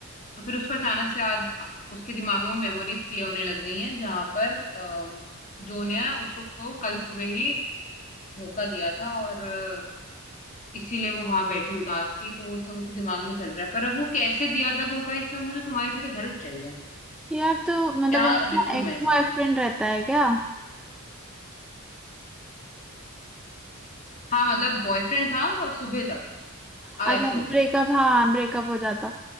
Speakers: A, on the left; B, in the centre.
A: तो फिर उसको अचानक से याद उसके दिमाग में वो मेमोरीज प्ले होने लग गई हैं जहां पर अ, जो ने उसको कल सुबह ही धोखा दिया था और अ, इसीलिए वो वहां बैठी उदास थी तो वो सब उसके दिमाग में चल रहा है पर अब वो कैसे दिया था धोखा इसमें मुझे तुम्हारी थोड़ी हेल्प चाहिए
B: यार तो मतलब
A: क्या
B: वो
A: लिखूं
B: एक्स
A: मैं इसमें
B: बॉयफ्रेंड रहता है क्या
A: हाँ मतलब बॉयफ्रेंड था सुबह तक
B: अच्छा
A: अब एक्स हो गया
B: ब्रेकअप
A: है।
B: हाँ ब्रेकअप हो जाता